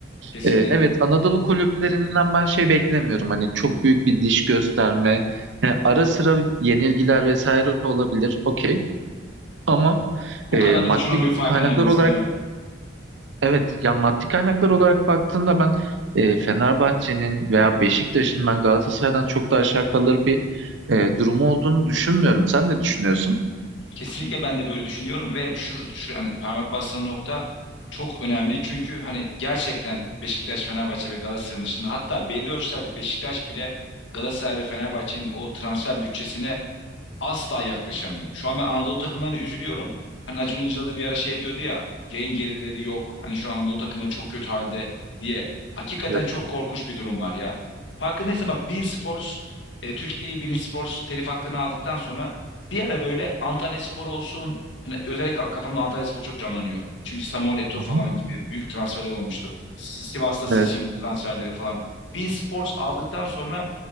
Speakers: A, on the left; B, on the right.
A: Kesinlikle.
B: E, evet Anadolu kulüplerinden ben şey beklemiyorum hani çok büyük bir diş gösterme e, ara sıra yenilgiler vesaire olabilir okey ama
A: Bu
B: e,
A: kadar
B: maddi
A: da uçurum bir farkın
B: kaynaklar
A: olması
B: olarak
A: değil mi?
B: Evet, ya maddi kaynaklar olarak baktığımda ben e, Fenerbahçe'nin veya Beşiktaş'ın ben Galatasaray'dan çok da aşağı kalır bir e, durumu olduğunu düşünmüyorum. Sen ne düşünüyorsun?
A: Kesinlikle ben de böyle düşünüyorum ve şu, şu hani parmak bastığın nokta çok önemli. Çünkü hani gerçekten Beşiktaş, Fenerbahçe ve Galatasaray'ın dışında hatta belli ölçülerde Beşiktaş bile Galatasaray ve Fenerbahçe'nin o transfer bütçesine asla yaklaşamıyor. Şu an ben Anadolu takımlarına üzülüyorum. Hani Acun Ilıcalı da bir ara şey diyordu ya yayın gelirleri yok. Hani şu an Anadolu takımları çok kötü halde diye. Hakikaten
B: Evet.
A: çok korkunç bir durum var ya. Farkındaysan bak Bein Sports e, Türkiye'yi Bein Sports telif hakkını aldıktan sonra bir ara böyle Antalya Spor olsun hani özellikle kafamda Antalya Spor çok canlanıyor. Çünkü Samuel Eto'o
B: Hı
A: falan
B: hı.
A: gibi büyük transferler olmuştu. Si- Sivas'ta Sisi
B: Evet,
A: transferleri falan. Bein Sports aldıktan sonra